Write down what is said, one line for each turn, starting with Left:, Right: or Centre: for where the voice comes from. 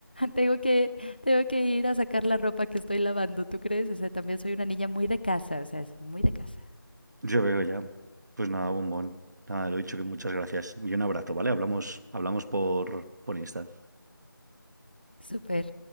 Left: tengo que, tengo que ir a sacar la ropa que estoy lavando, ¿tú crees? O sea, también soy una niña muy de casa, o sea, es muy de casa.
Right: Yo veo ya. Pues nada, bombón. Nada, lo he dicho que muchas gracias y un abrazo, ¿vale? Hablamos, hablamos por, por Insta.
Left: Súper,